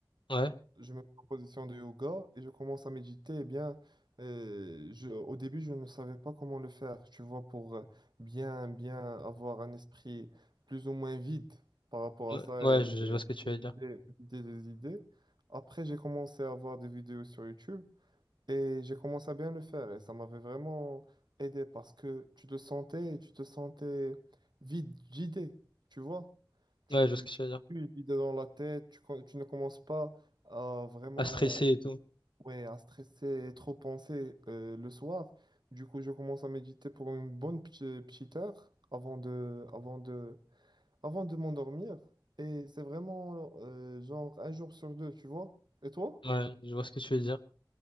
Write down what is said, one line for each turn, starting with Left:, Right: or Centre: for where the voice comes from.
Left: Ouais.
Right: je me mets en position de yoga et je commence à méditer, eh bien, euh, je, au début, je ne savais pas comment le faire, tu vois, pour euh, bien, bien avoir un esprit plus ou moins vide par rapport
Left: Ouais,
Right: à ça
Left: ouais,
Right: et,
Left: je,
Right: et
Left: je vois ce que tu
Right: me
Left: veux
Right: vider,
Left: dire.
Right: me vider des idées. Après, j'ai commencé à voir des vidéos sur YouTube et j'ai commencé à bien le faire et ça m'avait vraiment aidé parce que tu te sentais, tu te sentais vide, vidé, tu vois. Tu,
Left: Ouais, je vois ce que tu
Right: tu
Left: veux
Right: n'as
Left: dire.
Right: plus d'idées dans la tête, tu, co- tu ne commences pas à vraiment,
Left: À stresser et tout.
Right: ouais, à stresser et trop penser euh, le soir. Du coup, je commence à méditer pour une bonne p'ti- petite heure avant de, avant de, avant de m'endormir. Et c'est vraiment euh, genre un jour sur deux, tu vois. Et toi?
Left: Ouais, je vois ce que tu veux dire.